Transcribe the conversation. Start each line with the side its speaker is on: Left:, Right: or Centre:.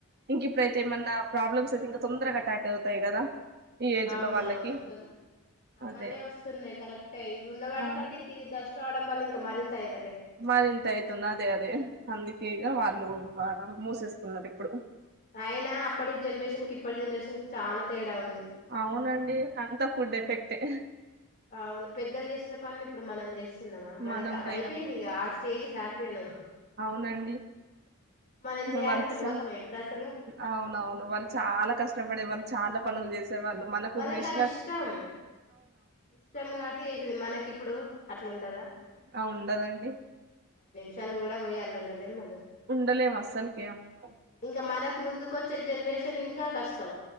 Right: ఇంక ఇప్పుడైతే ఏమన్నా ప్రాబ్లమ్స్ అయితే ఇంకా తొందరగా అటాక్ అవుతాయి కదా ఈ ఏజ్
Left: అవునవును
Right: లో వాళ్ళకి
Left: తోన్ అలానే
Right: అదే
Left: వస్తున్నాయి కరెక్టే ఇవి ఉన్న వాటికంటే
Right: ఆ
Left: ఇంక ఇది డస్ట్ రావడం వల్ల ఇంకా మరింత అయి
Right: మరి ఇంత అయితుంది అదే అదే అందుకే ఇగ వాళ్ళు మూసేసుకున్నారు ఇప్పుడు
Left: అయినా అప్పటి జనరేషన్ కి ఇప్పటి జనరేషన్ కి చాలా తేడా ఉంది
Right: అవునండి అంతా ఫుడ్ ఎఫెక్ట్ ఏ
Left: ఆవును పెద్దలు చేసిన పనులు ఇప్పుడు మనం చేస్తున్నామా మనకు
Right: మనం చేయము
Left: అయిపోయింది ఇగ ఆ స్టేజ్ దాటిపోయినాం
Right: దండి
Left: మనం చేయాలంటే
Right: వాళ్ళు చ
Left: పోతామా ఇప్పుడు అసలు
Right: అవునవును వాళ్ళు చాలా కష్టపడే వాళ్ళు చాలా పనులు చేసి సేవాళ్ళు మనకు
Left: వాళ్ళకి
Right: మిషినో
Left: అది ఇష్టం ఇష్టం కాబట్టి చేసేది మనకిప్పుడు అట్లుంటదా
Right: ఆ ఉండదండి
Left: చ కూడా పోయ్యి అల్ల ఉండలేం మనం
Right: ఉండలేము అస్సలకి అమ్మో
Left: ఇంకా మనకు ముందు కోచ్చే జనరేషన్ ఇంకా కష్టం